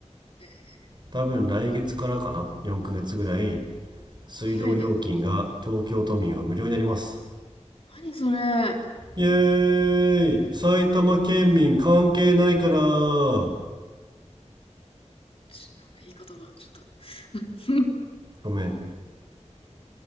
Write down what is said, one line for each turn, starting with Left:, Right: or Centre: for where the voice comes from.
Left: えー
Right: 多分来月からかな、4ヶ月ぐらい水道料金が東京都民は無料になります。
Left: 早いね。何それ。
Right: イエーイ埼玉県民関係ないから
Left: ちなんか言い方がちょっと <laughs>
Right: ごめん